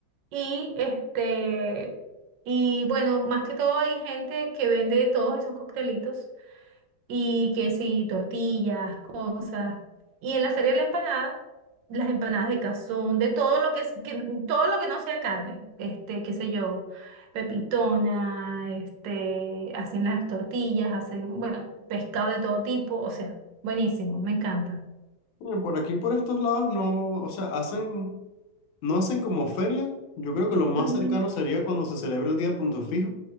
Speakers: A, on the right; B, on the left.
A: Y este, y bueno, más que todo hay gente que vende todos esos coctelitos y que sí, tortillas, cosas. Y en la feria de la empanada, las empanadas de cazón, de todo lo que, es- que- todo lo que no sea carne, este, qué sé yo, pepitona, este, hacen las tortillas, hacen, bueno, pescado de todo tipo, o sea, buenísimo, me encanta.
B: Oye, por aquí, por estos lados, no, o sea, hacen, no hacen como feria, yo creo que lo más
A: Ujú,
B: cercano sería cuando se celebra el Día de Punto Fijo,